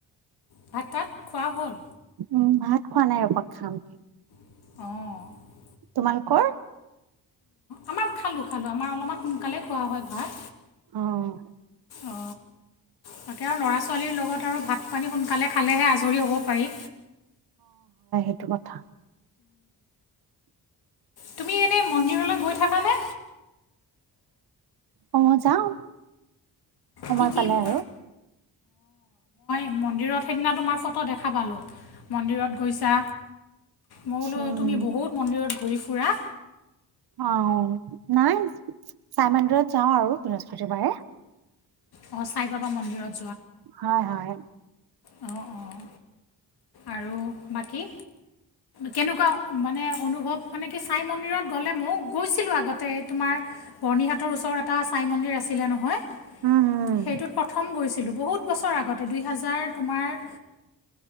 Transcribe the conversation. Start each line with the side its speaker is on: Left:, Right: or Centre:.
Left: ভাত চাত খোৱা হ'ল
Right: উম ভাত খোৱা নাই ৰবা খাম
Left: অহ
Right: তোমালোকৰ
Left: আমাৰ খালোঁ আমাৰ অলপমান সোনকালে খোৱা হয় ভাত
Right: অ',
Left: অ তাকে আৰু ল'ৰা ছোৱালীৰ লগত আৰু ভাত পানী সোনকালে খালেহে আজৰি হ'ব পাৰি
Right: এইটো কথা
Left: তুমি এনেই মন্দিৰলৈ গৈ থাকানে
Right: অহ' যাওঁ। সময়
Left: কি কি
Right: পালে
Left: নো
Right: আৰু।
Left: মন্দিৰত সেইদিনা তোমাৰ ফটো দেখা পালোঁ। মন্দিৰত গৈছা মই বোলো
Right: উম।
Left: তুমি বহুত মন্দিৰত ঘূৰি ফুৰা
Right: অহ' নাই চাই মন্দিৰত যাওঁ আৰু বৃহস্পতিবাৰে।
Left: অহ' চাই বাবা মন্দিৰত।
Right: হয়, হয়।
Left: অহ অহ আৰু বাকী। কেনেকুৱা মানে অনুভৱ মানে কি চাই মন্দিৰত গ'লে ময় গৈছিলোঁ আগতে তোমাৰ বৰ্ণিহাটৰ ওচৰত এটা ছাই মন্দিৰ আছিলে নহয়। সেইটোত
Right: উম, উম।
Left: প্ৰথম গৈছিলোঁ বহুত বছৰ আগতে দুই হাজাৰ তোমাৰ